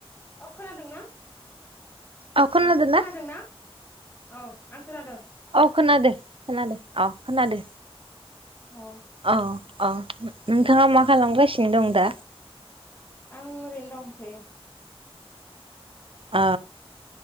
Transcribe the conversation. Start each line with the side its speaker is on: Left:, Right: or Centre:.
Left: अ खोनादोंना
Right: औ खोनादोना
Left: खोनादोंना औ आं खोनादों
Right: औ खोनादो खोनादो औ खोनादो
Left: औ
Right: औ अ नोंथाङा मा खालामगासिनो दं दा
Left: आं ओरैनो दंथ'यो
Right: ओ